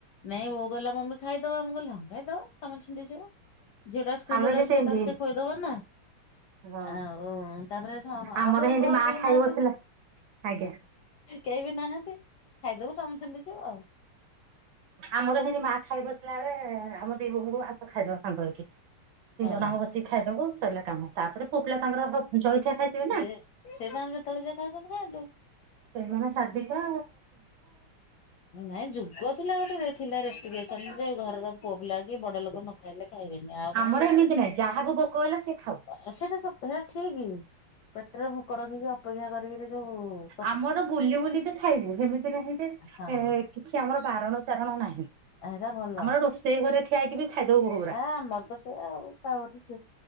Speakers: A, on the left; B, on the right.
A: ନାଇଁ ବୋହୂ କହିଲା ମମି ଖାଇଦବା ମୁ କହିଲି ହଁ ଖାଇଦବା କାମ ଛିଣ୍ଡିଯିବ। ଯୋଉଟା ସ୍କୁଲରେ
B: ଆମେ ବି
A: ଆସିଲେ
B: ସେମିତି
A: ତାକୁ ସେ କହିଦବ ନା।
B: ହଁ
A: ଆଉ ତାପରେ
B: ଆମର
A: ଆଉ କେ
B: ସେମିତି
A: ଘରେ
B: ମା
A: କେହି
B: ଖାଇ
A: ନାହାନ୍ତି।
B: ବସିଲା ଆଜ୍ଞା
A: କେହି ବି ନାହାନ୍ତି ଖାଇଦବ ଚିଣ୍ଡି ଯିବ ଆଉ
B: ଆମର ଏମିତି ମା ଖାଇ ବସିଲା ବେଳେ ଆମ ଦି ବୋହ ଖାଇଦବା ସାଙ୍ଗ ହେଇକି ତିନି
A: ହଁ।
B: ଜଣାଙ୍କୁ ବସିକି ଖାଇଦବୁ ସରିଲା କାମ। ତାପରେ ପୁଅ ପିଲା ତାଙ୍କର ଜଳଖିଆ ଖାଇଥିବେ ନା।
A: ଯେ ସେ ତାଙ୍କର ଯେତେବେଳେ ଯିଏ ଖାଉଛନ୍ତି ଖାଆନ୍ତୁ।
B: ସେମାନେ ସାଧିକା
A: ନାଇଁ ଯୁଗ ଥିଲା ଗୋଟେ ଥିଲା ରେଷ୍ଟିକ ରେଶନ ଘର ପୁଅ ପିଲା କି ବଡ ଲୋକ ନ ଖାଇଲେ ଖାଇବେନି ଆଉ କଣ
B: ଆମର ଏମିତି ନାହିଁ ଯାହାକୁ ଭୋକ ହେଲା ସେ ଖାଉ।
A: ଆ ସେଇଟା ସପ୍ତ ଠିକ ପେଟରେ ଭୋକ ରଖିକି ଅପେକ୍ଷା କରିକିରି ଯୋଉ ହଁ
B: ଆମର ବୁଲି ବୁଲି ତ ଥାଇବି ସେମିତି ନାହିଁ ଯେ
A: ହଁ।
B: ଏ କିଛି ଆମର ବାରଣ ଚାରଣ ନାହିଁ
A: ଏଇଟା ଭଲ
B: ଆମର ରୋଷେଇ ଘରେ ଠିଆ ହେଇକିରି ଖାଇଦବୁ ବୋହୂ ଗୁରା
A: ଆ ଆମର ତ ସେଇଆ ଆଉ